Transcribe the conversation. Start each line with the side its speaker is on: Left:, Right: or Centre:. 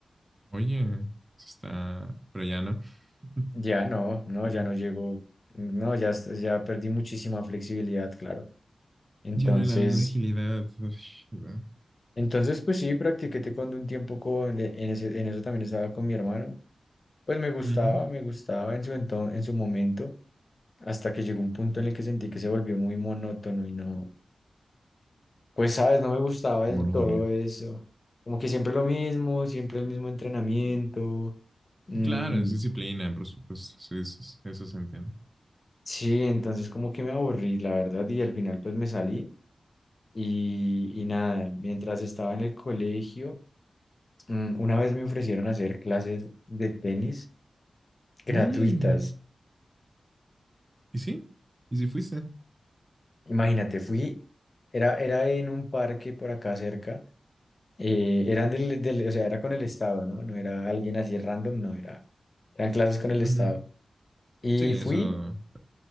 Right: Oye, eso está, pero ya no. <laughs>
Left: Ya no, no,
Right: Pero
Left: ya no llego, no, ya, ya perdí muchísima flexibilidad, claro. Entonces,
Right: Ya no hay la misma agilidad. Uy, ¿verdad?
Left: entonces pues sí, practiqué taekwondo un tiempo con, de- en ese, en eso también estaba con mi hermano. Pues me gustaba,
Right: Ujú.
Left: me gustaba en su enton- en su momento, hasta que llegó un punto en el que sentí que se volvió muy monótono y no, pues sabes, no me gustaba del
Right: Monotonía.
Left: todo eso. Como que siempre lo mismo, siempre el mismo entrenamiento. Mm,
Right: Claro, es disciplina, por supuesto. Sí, eso, es- eso se entiende.
Left: sí, entonces como que me aburrí, la verdad, y al final pues me salí y, y nada, mientras estaba en el colegio. Mm, Una vez me ofrecieron hacer clases de tenis gratuitas.
Right: Oye, ¿y sí? ¿Y si fuiste?
Left: Imagínate, fui, era, era en un parque por acá cerca, eh, eran del, del- o sea, era con el Estado, ¿no? No era alguien así random, no, era, eran clases con el
Right: Ujú.
Left: Estado. Y
Right: Sí,
Left: fui,
Right: eso.